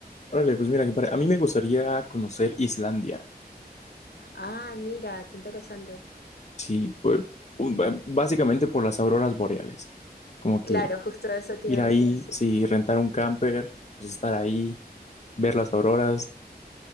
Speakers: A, on the left; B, on the left.
A: Órale, pues mira, que para- a mí me gustaría conocer Islandia.
B: Ah, mira, qué interesante.
A: Sí, pues, un- ba- básicamente por las auroras boreales. Como que
B: Claro, justo eso te
A: ir
B: iba a
A: ahí,
B: decir, sí.
A: sí, rentar un camper, pues estar ahí, ver las auroras,